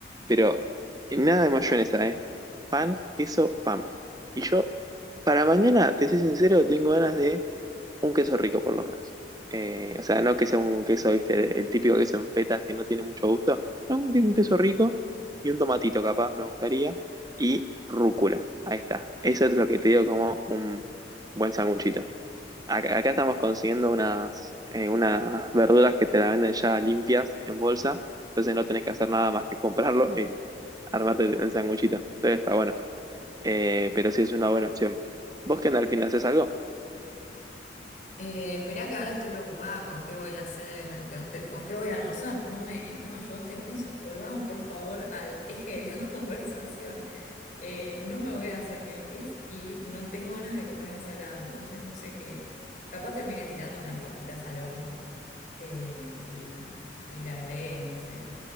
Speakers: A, on the right; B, on the left.
A: Pero nada de mayonesa, ¿eh? Pan, queso, pan. Y yo, para mañana, te soy sincero, tengo ganas de un queso rico por lo menos. Eh, o sea, no que sea un queso, viste, el típico queso en fetas que no tiene mucho gusto. No, un, un queso rico y un tomatito capaz me gustaría. Y rúcula. Ahí está. Eso es lo que te digo como un buen sanguchito. Acá, acá estamos consiguiendo unas, eh, unas verduras que te la venden ya limpias en bolsa. Entonces no tenés que hacer nada más que comprarlo y armarte el sanguchito. Entonces está bueno. Eh, pero sí es una buena opción. ¿Vos qué onda al fin haces algo?
B: Eh, esperá que ahora estoy preocupada con qué voy a hacer, con qué, con qué voy a almorzar. No me, no me ayudaste con eso. Volvamos, por favor, al eje de la <laughs> conversación. Eh, no me voy a hacer ñoquis y no tengo ganas de comer ensalada, entonces no sé qué. Capaz termine tirando unas papitas al horno eh, y, y le agregué, no sé,